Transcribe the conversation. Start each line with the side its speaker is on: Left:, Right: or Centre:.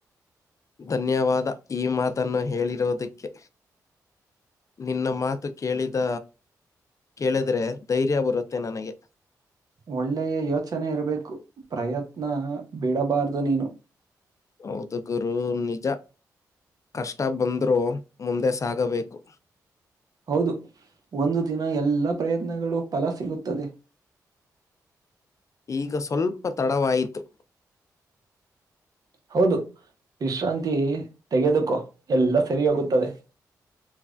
Left: ಧನ್ಯವಾದ ಈ ಮಾತನ್ನು ಹೇಳಿರೋದಕ್ಕೆ ನಿನ್ನ ಮಾತು ಕೇಳಿದ ಕೇಳಿದ್ರೆ ಧೈರ್ಯ ಬರುತ್ತೆ ನನಗೆ
Right: ಒಳ್ಳೆಯ ಯೋಚನೆ ಇರಬೇಕು ಪ್ರಯತ್ನ ಬಿಡಬಾರ್ದು ನೀನು
Left: ಹೌದು ಗುರು ನಿಜ ಕಷ್ಟ ಬಂದ್ರೂ ಮುಂದೆ ಸಾಗಬೇಕು
Right: ಹೌದು ಒಂದು ದಿನ ಎಲ್ಲ ಪ್ರಯತ್ನಗಳು ಫಲ ಸಿಗುತ್ತದೆ
Left: ಈಗ ಸ್ವಲ್ಪ ತಡವಾಯಿತು
Right: ಹೌದು ವಿಶ್ರಾಂತಿ ತೆಗೆದುಕೋ ಎಲ್ಲ ಸರಿ ಹೋಗುತ್ತದೆ